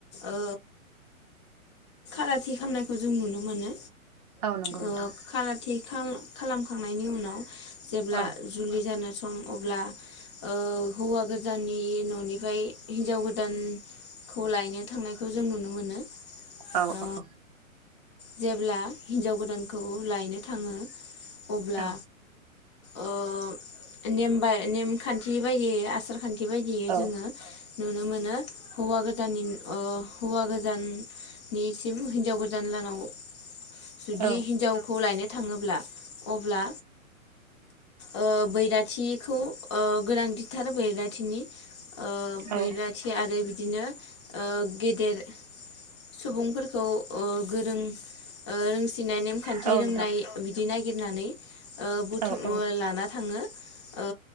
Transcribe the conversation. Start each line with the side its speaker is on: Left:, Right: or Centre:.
Left: ओ खालार थि खामनाय खौ जों नुनो मोनो
Right: औ नंगौ
Left: ओ
Right: नोंथां
Left: खालारथि खालामखांनायनि उनाव जेब्ला
Right: औ
Left: जुलि जानो सम अब्ला ओ हौवा गोजाननि न'निफ्राय हिनजाव गोदान खौ लायनो थांनायखौ जों नुनो मोनो।
Right: औ
Left: ओ
Right: औ।
Left: जेब्ला हिनजाव गोदानखौ लायनो थाङो अब्ला
Right: औ
Left: ओ नेम बा नेमखान्थि बादि आसार खान्थि खान्थि बायदियै
Right: औ
Left: जोङो नुनो मोनो हौवा गोदाननि ओ हौवा गोदाननिसिम हिनजाव गोदान गोदान लानाव जुदि
Right: औ
Left: हिनजावखौ लायनो थाङोब्ला अब्ला ओ बैराथिखौ ओ गोनांथिथार बैराथिनि ओ
Right: औ
Left: बैराथि आरो बिदिनो ओ गेदेर सुबुंफोरखौ ओ गोरों ओ रोंसिननाय नेमखान्थि
Right: औ नोंथां
Left: रोंनाय बिदि नागिरनानै ओ बुथुम
Right: औ औ
Left: लाना थाङो ओ